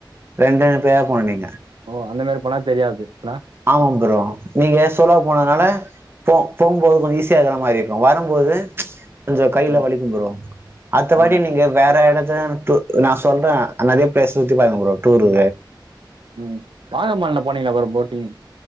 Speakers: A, on the right; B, on the right.
A: ரெண்டு பேரா போனிங்க
B: ஓ அந்த மாதிரி போனா தெரியாது இல்ல
A: ஆமாம் ப்ரோ நீங்க சோலோ வா போனதுனால போ போகும்போது கொஞ்ச ஈஸியா இருக்கற மாதிரி இருக்கு வரும்போது கொஞ்ச கையெலா
B: ஆ
A: வலிக்கும் ப்ரோ அடுத்தவாட்டி
B: ஆமா
A: நீங்க வேற எடத் த து நா சொல்றே நெறைய பிளேஸ் சுத்தி பாருங்க ப்ரோ டூரு
B: உம் வாங்கமான்ல போனிங்களா ப்ரோ போட்டிங்